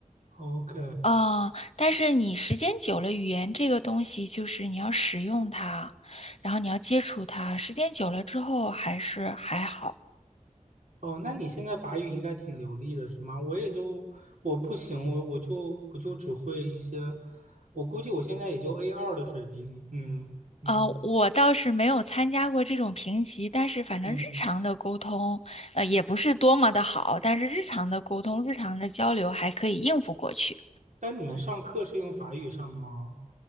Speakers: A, on the right; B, on the left.
A: ，OK。
B: 啊、但是你时间久了，语言这个东西就是你要使用它，然后你要接触它，时间久了之后还是还好。
A: 哦，那你现在法语应该挺流利的，是吗？我也就我不行，我我就我就只会一些，我估计我现在也就 a 二的水平。嗯嗯
B: 呃，我倒是没有参加过这种评级，但是反正日常的沟通，
A: 嗯。
B: 呃，也不是多么的好，但是日常的沟通、日常的交流还可以应付过去。
A: 但你们上课是用法语上吗？